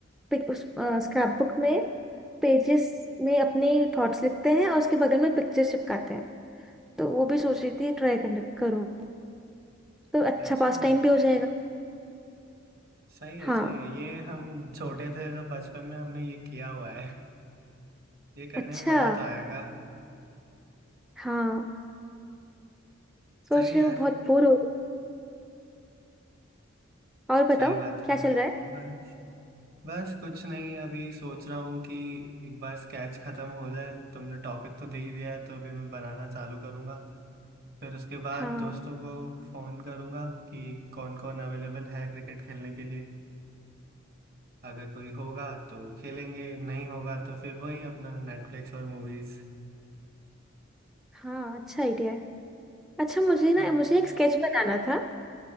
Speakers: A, in the centre; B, on the right (about 50°).
A: पे उस स्क्रैप बुक में पेजेस में अपने थॉट्स लिखते हैं और उसके बगल में पिक्चर्स चिपकाते हैं तो वो भी सोच रही थी ट्राई करूँ तो अच्छा
B: अच्छा
A: पास टाइम भी हो जाएगा
B: सही है
A: हाँ
B: सही है ये हम छोटे थे तो बचपन में हमने ये किया हुआ है ये करने
A: अच्छा
B: में मजा तो आएगा
A: हाँ सोच
B: सही है
A: रही
B: यार
A: हूँ बहुत बोर हो रही हूँ। और
B: सही
A: बताओ
B: बात है
A: क्या चल रहा है
B: बस बस कुछ नहीं अभी सोच रहा हूँ कि एक बार स्केच खत्म हो जाए तुमने टॉपिक तो दे ही दिया है तो अभी मैं बनाना चालू करूँगा फिर उसके बाद
A: हाँ
B: दोस्तों को फ़ोन करूँगा कि कौन कौन अवेलेबल है क्रिकेट खेलने के लिए अगर कोई होगा तो खेलेंगे नहीं होगा तो फिर वही अपना नेटफ्लिक्स और मूवीज़
A: हाँ अच्छा आइडिया है अच्छा मुझे ना
B: तो
A: मुझे एक स्केच बनाना था